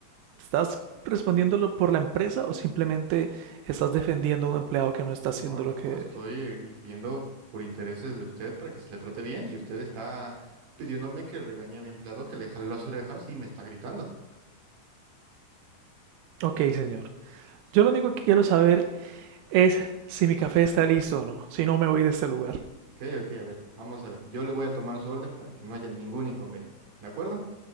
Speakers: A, on the right; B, on the right.
A: ¿Estás respondiéndolo por la empresa o simplemente estás defendiendo a un empleado que no está
B: No,
A: haciendo
B: no,
A: lo
B: no,
A: que debe?
B: estoy eh, viendo por intereses de usted para que se le trate bien y usted está pidiéndome que regañe a mi empleado, que le jale las orejas y me está gritando.
A: Ok, señor. Yo lo único que quiero saber es si mi café está listo o no. Si no, me voy de este lugar.
B: Ok, ok, a ver, vamos a ver. Yo le voy a tomar su orden para que no haya ningún inconveniente. ¿De acuerdo?